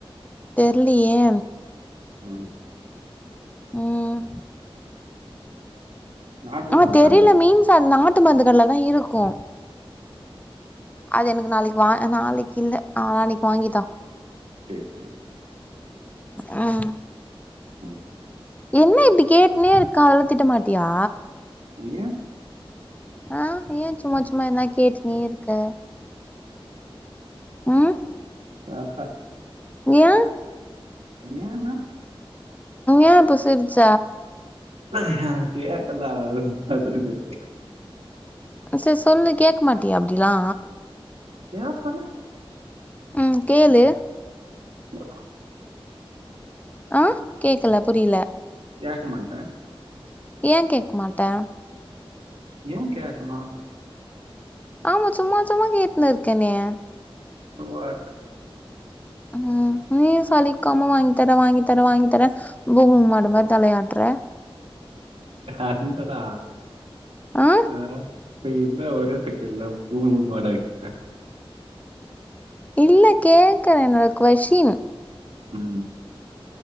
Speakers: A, on the left; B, on the right.
A: தெரிலியே
B: ம்
A: ம்
B: நாட்டு
A: ஆ
B: மண்ணு
A: தெரிய்ல
B: கல்லு
A: மீன்ஸ் அந்த நாட்டு மந்துகள்ல தா இருக்கூ அது எனக் நாளைக் வா நாளைக்கு இல்ல நாளன்னைக் வாங்கித்தா
B: சேர் சேர்
A: ம்
B: ம்
A: என்ன இப்டி கேட்டுனேருக்கா அதெல்லா திட்டமாட்டியா
B: ஏ
A: அ ஏ சும்மா சும்மா எதனா கேட்டுனே இருக்க ம்
B: ஆஹா
A: ஏ
B: ஏன்னா
A: ஏ இப்ப சிரிச்ச
B: ஏ கேட்டல்ல அத <unintelligible>
A: சேர் சொல்லு கேக்க மாட்டியா அப்படில்லா
B: ஏ சொன்ன
A: ம் கேளு
B: ஆ
A: ஆ கேக்கள புரியல
B: கேக்கமாட்டே
A: ஏ கேக்கமாட்டே
B: ஏ கேக்குனு
A: ஆம்மா சும்மா சும்மா கேட்னுர்க்கேனே
B: <unintelligible>
A: ம் நீயூ சலிக்காம வாங்கித்தர வாங்கித்தர வாங்கித்தர பூம்மூ மாடுமாரி தலையாட்டுற
B: அந்ரா
A: ஆ
B: அ ஏ என்ன ஒரே சக்கென்ல பூமுல் மாடாக்கிட்ட
A: இல்ல கேக்குற என்னோட கொஷ்ஷின்
B: ம்